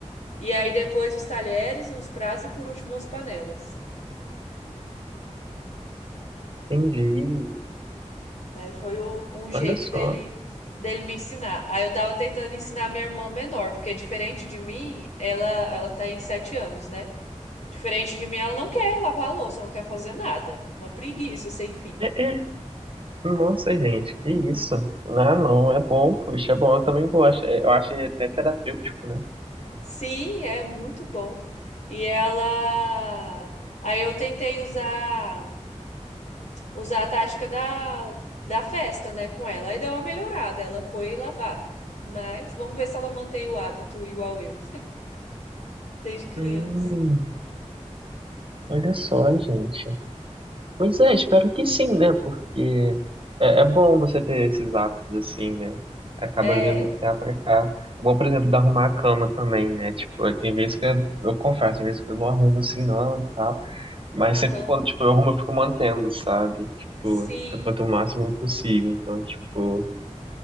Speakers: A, on the left (about 70°); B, on the right (about 45°).
A: e aí depois os talheres, os pratos e por último as panelas.
B: entendi.
A: Aí foi o- um jeito
B: Olha só.
A: dele dele me ensinar. Aí eu tava tentando ensinar minha irmã menor, porque diferente de mim, ela ela tá em sete anos, né? Diferente de mim, ela não quer lavar a louça, ela não quer fazer nada. Uma preguiça sem fim.
B: É, é. Nossa, gente, que isso? Ah, não, é bom, poxa, é bom, eu também gosto. É, Eu acho até terapêutico, né?
A: Sim, é muito bom. E ela. Aí eu tentei usar usar a tática da, da festa, né, com ela. Aí deu uma melhorada, ela foi lavar. Mas vamos ver se ela mantém o hábito igual eu, desde criança.
B: Hum, olha só, gente. Pois é, espero que sim, né? Porque é, é bom você ter esses hábitos assim, né? Acaba
A: É,
B: vindo pra cá, pra cá. É bom, por exemplo, de arrumar a cama também, né? Tipo, tem vezes que eu, eu confesso, tem vezes que eu não arrumo assim não e tal. Mas
A: aham,
B: sempre quando, tipo, eu arrumo, eu fico mantendo, sabe? Tipo,
A: sim.
B: eu quanto o máximo possível. Então, tipo,